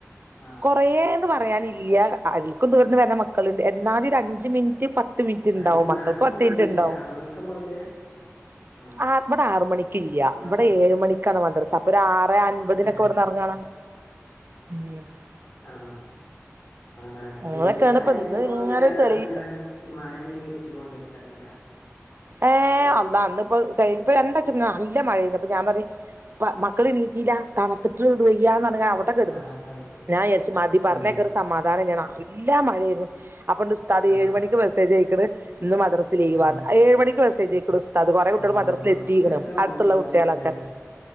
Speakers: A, on the left; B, on the right.
A: ആ
B: കൊറേ
A: അതാണ്
B: ന്ന് പറയാനില്ല അതിൽക്കും ദൂരന്ന് വര്ന്ന മക്കള്ണ്ട് എന്നാലും ഒരു അഞ്ചു മിനിറ്റ് പ ത്ത് മിനിറ്റ് ഇണ്ടാവും
A: അതിന് നേരത്തെ
B: മക്കൾക്ക് പത്ത്
A: പോവൂലേ
B: മിനിറ്റ് ഇണ്ടാവും
A: ആറ് മണിക്കാ പോവല് ആ
B: ആഹ് ഇവടെ ആറ് മണിക്ക് ഇല്ല
A: ആറ്
B: ഇവിടെ
A: മണിക്ക്
B: ഏഴ് മണിക്കാണ് മദ്രസ അപ്പൊ ഒരു ആറെ അൻപതിനൊക്കെ
A: ഏ
B: ഇവിടെന്ന് എറങ്ങാണ്
A: <unintelligible>
B: മിയട്സ്
A: ആഹ് അതാണ്
B: അങ്ങനൊക്കെയാണ്
A: ഏഴ് മണിക്കായാലും
B: ഇന്ന്
A: ഇപ്പൊ
B: ഇങ്ങനെ
A: ഒന്നേ
B: ഒരു തെളി
A: ഇങ്ങനെ മഴയാണെങ്കിൽ ഇര്ട്ടി കോണ്ട് എയ്ക്കാരല്ലോലേ
B: ഏഹ് അള്ളാ അന്ന് ഇപ്പോ ഇപ്പൊ രണ്ടാഴ്ച കൊണ്ട് നല്ല മഴയെത് അപ്പൊ ഞാൻ പറഞ്ഞ് മക്കള്എണീറ്റീല്ല തണ്ത്തിട്ട് വെയ്യാന്ന് പറഞ്ഞ് അവിടെ കെടന്ന്
A: ആ തണുത്തിട്ട്
B: ഞാൻ വിചാരിച്ചു മതി പറഞ്ഞെയ്ക്കാൻ
A: ആ
B: ഒരു സ സമാധാനം ഇല്ല നല്ല മഴയായിരുന്നു അപ്പണ്ട് ഉസ്താദ്
A: ആ
B: ഏഴ് മണിക്ക് മെസ്സേജ് അയക്ക്ണ് ഇന്ന് മദ്ര സ് ലീവിന്ന്
A: ആ
B: അ ഏഴ് മണിക്ക് മെസേജ് അയക്ക്ണ് ഉസ് ദാത് കൊറേ കുട്ട്യള്
A: ആ
B: മദ്രസ്ൽ എത്തിക്ക്ണ്
A: അപ്പൊ എത്ര വന്നിട്ടുണ്ടാവും
B: അട്ത്തുള്ള കുട്ട്യളൊക്കെ
A: അതന്നെ